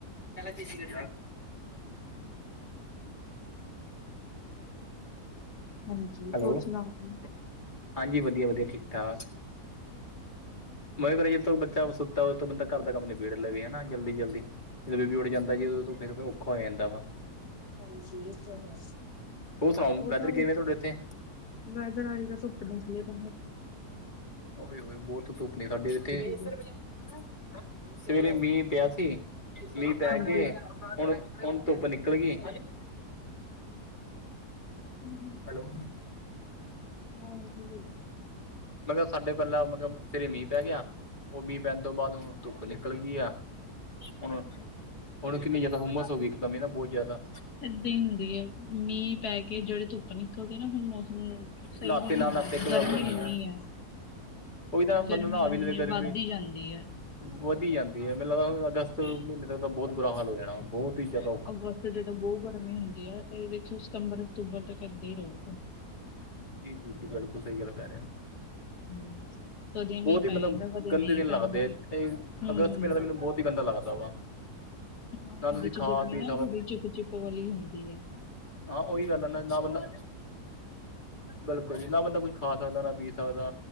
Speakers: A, on the left; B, on the left.
A: ਜੀ
B: ਹਾਂਜੀ
A: ਹੈਲੋ
B: ਹੋਰ ਸੁਣਾਓ ਜੀ
A: ਹਾਂਜੀ, ਵਧੀਆ- ਵਧੀਆ। ਠੀਕ- ਠਾਕ। ਮੈਂ ਕੇ ਰਿਆ, ਜਦੋਂ ਬੱਚਾ ਸੁੱਤਾ ਹੋ, ਤੋ ਬੰਦਾ, ਘਰ ਦਾ ਕੰਮ ਨਬੇੜ ਲਵੇ, ਹਨਾ। ਜਲਦੀ- ਜਲਦੀ, ਜਦੋਂ ਬੇਬੀ ਉੱਠ ਜਾਂਦਾ ਜੀ, ਉਦੋਂ ਫੇਰ ਔਖਾ ਹੋ ਜਾਂਦਾ ਵਾ।
B: ਹਾਂਜੀ, ਇਸੇ ਹੀ ਹੈ।
A: ਹੋਰ ਸੁਣਾਓ
B: ਉਹ,
A: ਵੈਦਰ
B: ਤਾਂ।
A: ਕਿਵੇਂ ਤੁਹਾਡੇ ਇੱਥੇ
B: ਮੈਂ ਕਿਹਾ ਧੁੱਪ ਨਿਕਲੀ ਅੱਜ
A: ਓਏ ਹੀ, ਬਹੁਤ ਧੁੱਪ ਨੇ ਸਾਡੇ ਇੱਥੇ।
B: ਜੂਗੇ
A: ਸਵੇਰੇ ਮੀਂਹ, ਪਿਆ ਸੀ। ਮੀਹ ਪੈ
B: ਹਾਂਜੀ
A: ਕੇ। ਹੁਣ, ਹੁਣ ਧੁੱਪ, ਨਿਕਲ ਗਈ।
B: ਹੂੰ।
A: ਹੈਲੋ।
B: ਹਾਂ <unintelligible> ਬੋਲੋ
A: ਮੈਂ ਕਿਹਾ ਸਾਡੇ ਪਹਿਲਾਂ, ਮਤਲਬ ਸਵੇਰੇ ਮੀਂਹ ਪੈ ਗਿਆ। ਉਹ ਮੀਂਹ ਪੈਣ ਤੋਂ ਬਾਅਦ, ਹੁਣ ਧੁੱਪ ਨਿਕਲ ਗਈ ਆ। ਹੁਣ
B: ਅੱਛਾ ਜੀ।
A: ਹੁਣ, ਕਿੰਨੀ ਜ਼ਿਆਦਾ, ਹੁੰਮਸ ਹੋ ਗਈ। ਇੱਕਦਮ ਹੀ ਨਾ, ਬਹੁਤ ਜ਼ਿਆਦਾ।
B: ਏਦਾਂ ਹੀ ਹੁੰਦੀ ਹੈ। ਮੀਂਹ ਪੈ, ਕੇ ਜਿਹੜੇ ਧੁੱਪ। ਨਿਕਲਦੇ ਨਾ ਫੇਰ, ਮੌਸਮ ਸਹੀ
A: ਨਹਾਤੇ
B: ਤਾਂ ਨੀ
A: ਨਾਲ
B: ਹੁੰਦਾ।
A: ਨਹਾਤੇ ਘਬਰਾਹਟ
B: ਗਰਮੀ
A: ਬਣੀ
B: ਓਨੀ
A: ਆ
B: ਹੈ।
A: ਉਹੀ ਤਾਂ ਬੰਦਾ
B: ਗਰਮੀ
A: ਨਹਾ ਵੀ
B: ਐਨੀ,
A: ਲਵੇ ਗਰਮੀ
B: ਵੱਧ ਦੀ ਹੀ, ਜਾਂਦੀ ਹੈ।
A: ਵਧੀ ਜਾਂਦੀ ਹੈ। ਮੈਨੂੰ ਲੱਗਦਾ ਅਗਸਤ ਮਹੀਨੇ, ਤੱਕ ਤਾਂ ਬਹੁਤ ਬੁਰਾ, ਹਾਲ ਹੋ ਜਾਣਾ। ਬਹੁਤ ਹੀ, ਜਿਆਦਾ।
B: ਅਗਸਤ ਚ ਤਾਂ ਬਹੁਤ ਗਰਮੀ ਹੁੰਦੀ ਆ। ਇਹ ਦੇਖਿਓ ਸਤੰਬਰ, ਅਕਤੂਬਰ ਤੱਕ ਇੱਦਾਂ ਹੀ ਰਹੂ।
A: ਜੀ, ਜੀ- ਜੀ ਬਿਲਕੁਲ, ਸਹੀ ਗੱਲ ਕਰਹਿ ਰਹੇ ਹੋ।
B: ਹੂੰ। ਕਦੇ
A: ਬਹੁਤ
B: ਮੀਂਹ
A: ਹੀ
B: ਪੈ
A: ਮਤਲਬ,
B: ਜਾਂਦਾ ਕਦੇ
A: ਗੰਦੇ
B: ਨਹੀਂ
A: ਦਿਨ
B: ਪੈਂਦਾ।
A: ਲੱਗਦੇ ਆ।
B: ਹੂੰ।
A: ਅਗਸਤ ਮਹੀਨੇ ਦਾ, ਮੈਨੂੰ ਬਹੁਤ ਹੀ, ਗੰਦਾ ਲੱਗਦਾ ਵਾ।
B: ਹਾਂ।
A: ਨਾ ਤੁਸੀਂ
B: ਉਹਦੇ ਚ,
A: ਖਾ
B: ਗਰਮੀ
A: ਪੀ
B: ਨਾ,
A: ਸਕੋ
B: ਥੋੜੀ ਚਿਪ- ਚਿਪ ਵਾਲੀ ਹੁੰਦੀ ਐ।
A: ਹਾਂ, ਉਹੀ ਗੱਲ ਹੈ ਨਾ। ਨਾ, ਬੰਦਾ ਬਿਲਕੁਲ ਜੀ। ਨਾ ਬੰਦਾ ਕੁੱਝ ਖਾ ਸਕਦਾ, ਨਾ ਪੀ ਸਕਦਾ।